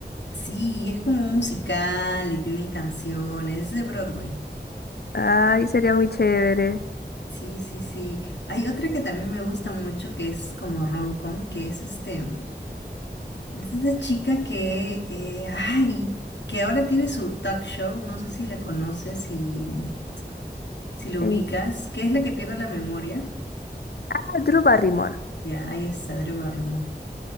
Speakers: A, on the left; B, on the left.
A: Sí, es como un musical y tienen canciones, es de Broadway.
B: Ay, sería muy chévere.
A: Sí, sí, sí. Hay otra que también me gusta mucho que es como rom-com, que es este, Es esa chica que, eh, ay, que ahora tiene su talk show, no sé si la conoces, si, si lo
B: Eh,
A: ubicas, que es la que pierde la memoria.
B: ah, Drew Barrymore,
A: Ya, ahí está, Drew Barrymore.